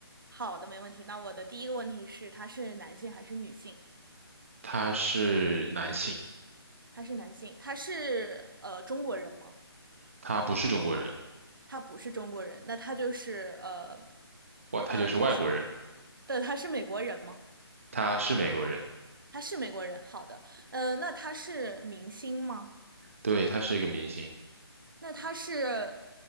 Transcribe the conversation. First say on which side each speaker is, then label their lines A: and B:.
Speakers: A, on the right (about 55°); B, on the right (about 30°).
A: 好的，没问题。那我的第一个问题是，他是男性还是女性？
B: 他是男性，
A: 他是男性，他是呃中国人吗？
B: 他不是中国人，
A: 他不是中国人，那他就是呃
B: 哇，他就是外国人，
A: 呃，他是对，他是美国人吗？
B: 他是美国人，
A: 他是美国人，好的，呃，那他是明星吗？
B: 对，他是一个明星。
A: 那他是，